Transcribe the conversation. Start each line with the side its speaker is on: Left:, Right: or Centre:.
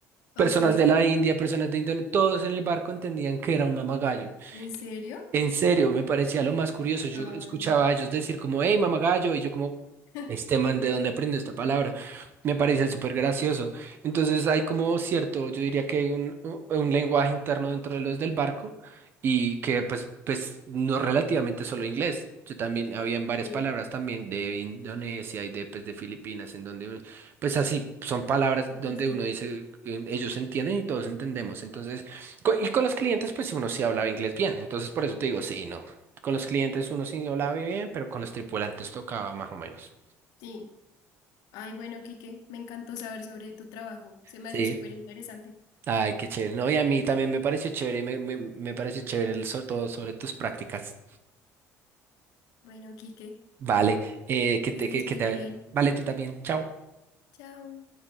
Left: Ok,
Right: Personas de la India, personas de Indonesia, todos en el barco entendían que era un mamagallo.
Left: ¿en serio?
Right: En serio, me parecía lo más curioso. Yo
Left: Ay.
Right: escuchaba a ellos decir como, hey, mamagallo, y yo como,
Left: <laughs>
Right: este man, ¿de dónde aprendió esta palabra? Me parecía súper gracioso. Entonces hay como cierto, yo diría que hay un, u- un lenguaje interno dentro de los del barco y que pues, pues no relativamente solo inglés. Yo también, habían varias
Left: Sí,
Right: palabras también de Indonesia y de, pues, de Filipinas, en donde, uno- pues así, son palabras
Left: sí, sí,
Right: donde
Left: sí.
Right: uno dice, eh, ellos entienden y todos entendemos. Entonces... Co- Y con los clientes, pues uno sí hablaba inglés bien. Entonces, por eso te digo, sí, y no. Con los clientes uno sí hablaba bien, pero con los tripulantes tocaba más o menos.
Left: sí. Ay, bueno, Quique, me encantó saber sobre tu trabajo. Se me
Right: Sí.
Left: hace súper interesante.
Right: Ay, qué chévere. No, y a mí también me pareció chévere, me, me, me pareció chévere el, so- todo sobre tus prácticas.
Left: Bueno, Quique,
Right: Vale, eh, que
Left: que
Right: te,
Left: estés
Right: que, que
Left: muy
Right: te,
Left: bien.
Right: vale, tú también. Chao.
Left: Chao.